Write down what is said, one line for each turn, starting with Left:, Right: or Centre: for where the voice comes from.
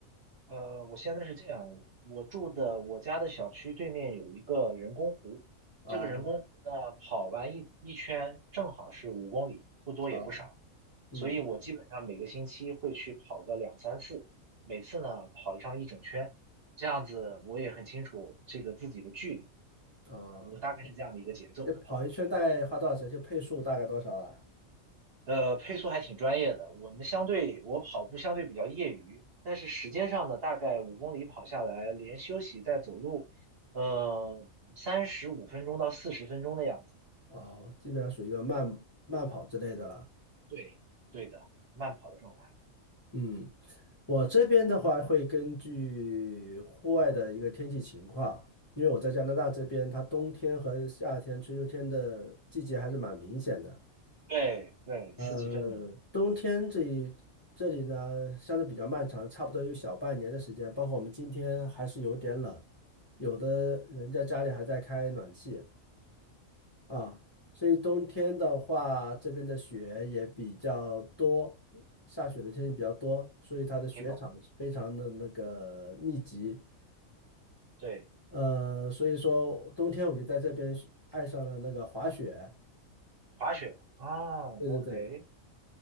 Right: 呃，我现在是这样，我住的我家的小区对面有一个人工湖，
Left: 啊
Right: 这个人工湖呢，跑完一一圈正好是五公里，不多也不少，
Left: 啊，嗯
Right: 所以我基本上每个星期会去跑个两三次，每次呢跑上一整圈，这样子我也很清楚这个自己的距离，
Left: 啊，
Right: 呃，我大概是这样的一个节奏，
Left: 那跑一圈大概花多少时间？就配速大概多少啊？
Right: 呃，配速还挺专业的。我们相对，我跑步相对比较业余，但是时间上呢，大概五公里跑下来，连休息带走路，呃，三十五分钟到四十分钟的样子。
Left: 哦，基本上属于一个慢慢跑之类的了。
Right: 对，对的，慢跑的状态。
Left: 嗯，我这边的话会根据户外的一个天气情况，因为我在加拿大这边，它冬天和夏天、春秋天的季节还是蛮明显的。
Right: 对对，
Left: 呃，
Right: 四级分明，
Left: 冬天这一这里呢，相对比较漫长，差不多有小半年的时间。包括我们今天还是有点冷，有的人家家里还在开暖气啊。所以冬天的话，这边的雪也比较多，下雪的天气比较多，所以它的雪场非常的那个密集。
Right: 明白。对，
Left: 呃，所以说冬天我就在这边学爱上了那个滑雪。
Right: 滑雪啊，OK，
Left: 对对对，